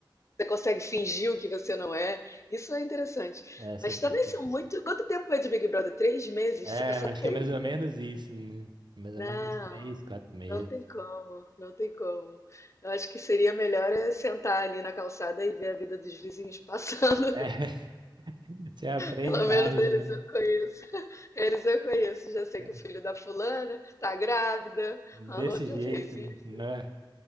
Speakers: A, on the left; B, on the right.
A: você consegue fingir o que você não é. Isso é interessante.
B: Essa
A: Mas
B: parte.
A: também são muito. Quanto tempo é de Big Brother? Três meses?
B: É,
A: Você passar
B: acho
A: três
B: que é mais ou
A: meses?
B: menos isso, né? É mais
A: Não,
B: ou menos uns três, quatro meses.
A: não tem como, não tem como. Eu acho que seria melhor é sentar ali na calçada e ver a vida dos vizinhos <laughs> passando.
B: É, <laughs> você aprende
A: Pelo
B: mais,
A: menos eles
B: né?
A: eu conheço. <laughs> Eles eu conheço. Já sei
B: É,
A: que o filho da fulana tá grávida,
B: desse
A: a outra
B: jeito,
A: fez
B: né?
A: isso.
B: Não é?